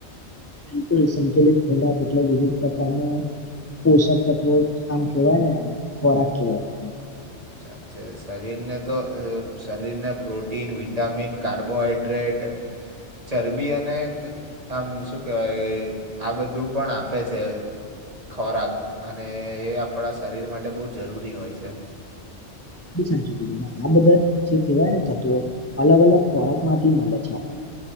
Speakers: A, on the left; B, on the right.
A: બિલકુલ સંતુલિત ખોરાક એટલે વિવિધ પ્રકારના પોષક તત્વો આમ કેવાય ને ખોરાક કેવાય એને.
B: સાચ્ચે શરીરને તો શરીરને પ્રોટીન, વિટામિન, કાર્બોહાઈડ્રેટ ટે ચરબી અને ક આમ શું કેવાય, આ બધું પણ આપે છે ખોરાક. અને એ આપણા શરીર માટે બહુ જરૂરી હોય છે.
A: કેટલું સાચું કીધું ને આ બધા જે કહેવાય ને તત્વો અલગ અલગ ખોરાક માંથી મલે છે આપણને.